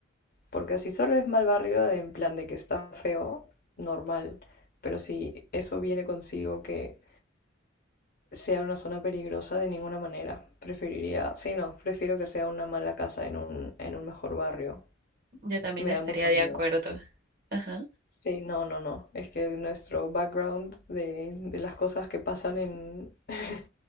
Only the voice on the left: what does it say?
Porque si solo es mal barrio, de- en plan de que está feo, normal. Pero si eso viene consigo que sea una zona peligrosa, de ninguna manera. Preferiría, sí, no, prefiero que sea una mala casa en un, en un mejor barrio.
Me
da mucho
miedo,
sí.
Sí, no, no, no. Es que nuestro background de, de las cosas que pasan en, <laughs>